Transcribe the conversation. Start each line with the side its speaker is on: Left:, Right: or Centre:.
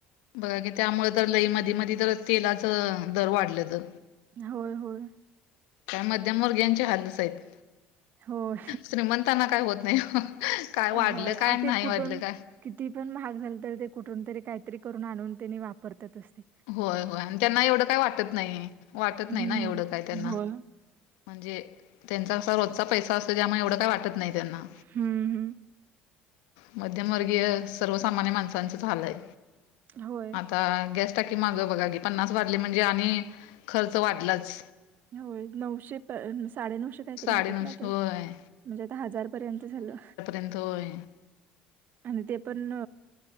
Left: बघा की त्यामुळे तर लही म म तर तेलाच दर वाढलं तर.
Right: होय होय.
Left: का मध्यमवर्गीयाचे हालस आहेत.
Right: होय
Left: श्रीमंतना काय होत नाही काय
Right: होय
Left: वाढलं
Right: आ
Left: काय आणि
Right: ते
Left: नाही
Right: कुठून
Left: वाढलं काय.
Right: किती पण महाग झालं तर ते कुठून तरी काहीतरी करून आणून त्यांनी वापरतात असते.
Left: होय होय आणि त्यांना एवढं काय वाटत नाही वाटत
Right: हम्म
Left: नाही ना एवढं काय त्यांना.
Right: होय
Left: म्हणजे त्यांचा कसा रोजचा पैसा असतो ज्यामुळे एवढं काही वाटत नाही त्यांना.
Right: हम्म हम्म
Left: मध्यमवर्गीय सर्वसामान्य माणसांचेच हाल आहे.
Right: होय.
Left: आता गॅस् टाकी माग बघा की पन्नास वाढले म्हणजे आणि खर्च वाढलाच.
Right: होय नऊशे प साडेनऊशे काहीतरी
Left: साडेनऊशे
Right: होते ना ते.
Left: होय
Right: म्हणजे आता हजारपर्यंत झालं.
Left: तय.
Right: आणि ते पण.